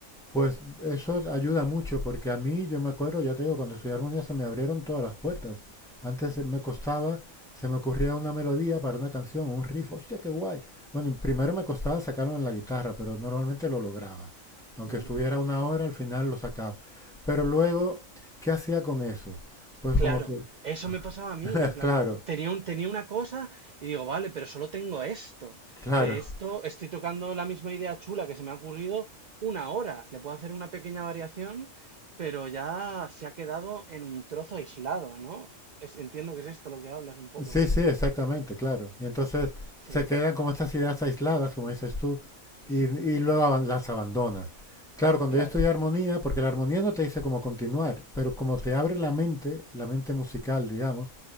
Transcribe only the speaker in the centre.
Pues eso ayuda mucho, porque a mí, yo me acuerdo, ya te digo, cuando estudié armonía se me abrieron todas las puertas. Antes me costaba, se me ocurría una melodía para una canción, un riff, hostia, qué guay. Bueno, y primero me costaba sacarlo en la guitarra, pero normalmente lo lograba. Aunque
estuviera una hora, al final lo sacaba. Pero
luego, ¿qué hacía con eso? Pues
como que,
<laughs>
claro,
claro.
Sí, sí, exactamente, claro. Y entonces
se quedan como estas ideas aisladas, como dices tú,
y, y luego aban- las abandonas. Claro, cuando
yo estudié armonía, porque la armonía no te dice cómo continuar, pero como te abre la mente, la mente musical, digamos,